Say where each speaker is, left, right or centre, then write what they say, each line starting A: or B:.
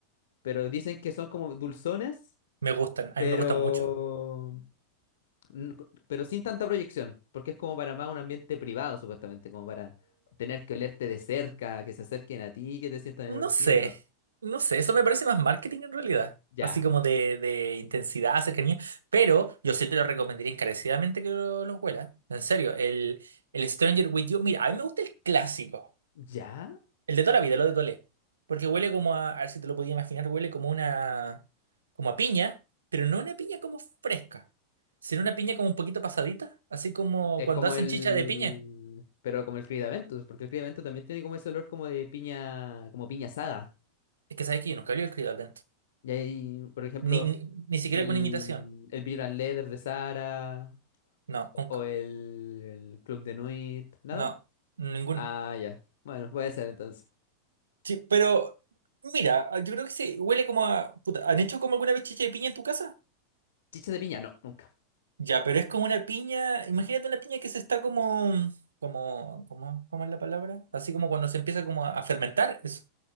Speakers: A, on the left (about 60°); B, on the right (about 70°).
A: pero dicen que son como dulzones,
B: me gustan, a
A: pero,
B: mí me gustan mucho.
A: n- co- pero sin tanta proyección, porque es como para más un ambiente privado, supuestamente, como para tener que olerte de cerca, que se acerquen a ti, que te sientan
B: No
A: el olorcito.
B: sé, no sé, eso me parece más marketing en realidad.
A: Ya,
B: Así como de, de intensidad, cercanía. Pero yo sí te lo recomendaría encarecidamente que lo, lo huelas. En serio, el, el Stranger With You. Mira, a mí me gusta el clásico.
A: ya.
B: El de toda la vida, lo de Toilé. Porque huele como a, a ver si te lo podía imaginar, huele como una, como a piña, pero no una piña como fresca, sino una piña como un poquito pasadita, así como
A: Es
B: cuando
A: como
B: hacen
A: el...
B: chicha de piña.
A: Pero como el Creed porque el Creed también tiene como ese olor como de piña, como piña asada.
B: Es que sabes que yo nunca había escrito atento.
A: Y ahí, por ejemplo,
B: Ni, ni, ni siquiera
A: el,
B: con imitación.
A: el Vibrant Leather de Sara
B: No,
A: o
B: nunca.
A: o el, el Club de Nuit, ¿nada?
B: No, ninguno.
A: Ah, ya. Bueno, puede ser entonces.
B: Sí, pero mira, yo creo que sí, huele como a... puta, ¿han hecho como alguna vez chicha de piña en tu casa?
A: Chicha de piña, no, nunca.
B: Ya, pero es como una piña, imagínate una piña que se está como, como, como, ¿cómo es la palabra? Así como cuando se empieza como a, a fermentar, eso.